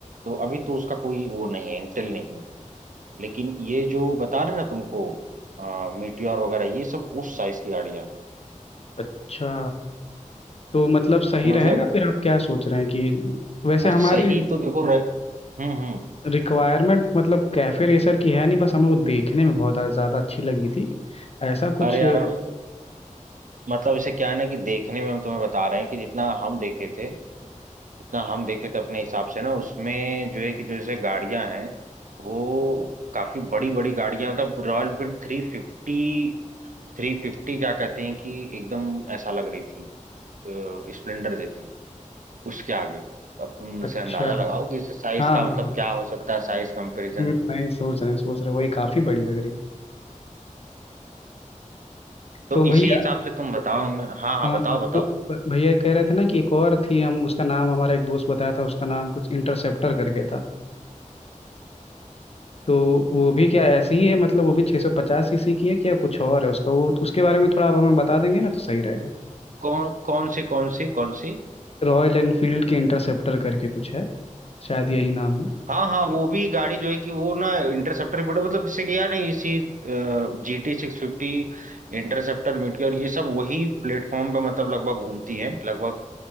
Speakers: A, on the right; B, on the left.
A: तो अभी तो उसका कोई वो नहीं है इंटेल नहीं है। लेकिन ये जो बता रहे ना तुमको आ, मीटियोर वगैरह ये सब उस साइज की गाड़ियां हैं
B: अच्छा तो मतलब सही
A: कि मतलब
B: रहेगा फिर आप क्या सोच रहे हैं कि वैसे हमारी
A: सही तो देखो रह... हम्म हम्म
B: रिक्वायरमेंट मतलब कैफे रेसर की है नहीं बस हमें वो देखने में बहुत ज़्यादा अच्छी लगी थी ऐसा कुछ
A: अरे यार अब मतलब इसे क्या है ना कि देखने में हम तुम्हें बता रहे हैं कि जितना हम देखे थे जितना हम देखे थे अपने हिसाब से ना उसमें जो है कि जो जैसे गाड़ियां हैं वो काफी बड़ी बड़ी गाड़ियां मतलब रॉयल एनफील्ड थ्री फिफ्टी थ्री फिफ्टी क्या कहते हैं कि एकदम ऐसा लग रही थी अ, स्प्लेंडर जैसी उसके आगे अब तुम
B: अच्छा
A: इसे अंदाजा लगाओ कि इस साइज
B: हाँ
A: का
B: हाँ
A: मतलब
B: हाँ
A: क्या हो सकता है साइज कंपैरिजन
B: हम्म, नहीं सोच रहे हैं सोच रहे हैं वही काफ़ी बड़ी लग रही है
A: तो
B: तो भैया
A: इसी हिसाब से तुम बताओ हमें हाँ हाँ
B: हाँ
A: बताओ
B: हाँ
A: बताओ
B: तो भ- भैया कह रहे थे ना कि एक और थी हम उसका नाम हमारा एक दोस्त बताया था उसका नाम कुछ इंटरसेप्टर करके था तो वो भी क्या ऐसी ही है मतलब वो भी 650 सीसी की है क्या कुछ और है उसका वो उसके बारे में थोड़ा आप हमें बता देंगे ना तो सही रहेगा
A: कौन कौन सी कौन सी कौन सी
B: रॉयल एनफील्ड के इंटरसेप्टर करके कुछ है शायद यही नाम हो
A: हाँ हाँ वो भी गाड़ी जो है कि वो ना इंटरसेप्टर बड़ा मतलब जैसे कि यार नहीं इसी जी टी सिक्स फिफ्टी इंटरसेप्टर मिड और ये सब वही प्लेटफॉर्म पे मतलब लगभग घूमती हैं लगभग